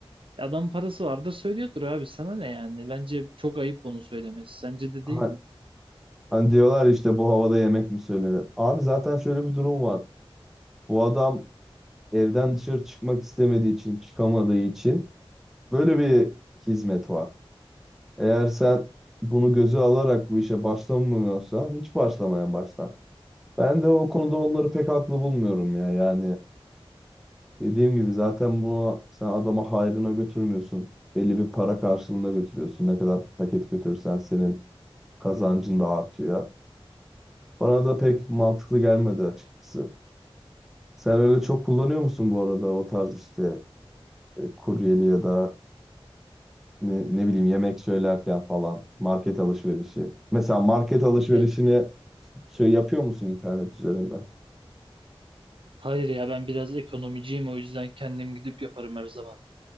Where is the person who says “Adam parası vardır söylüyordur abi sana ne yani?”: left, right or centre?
Right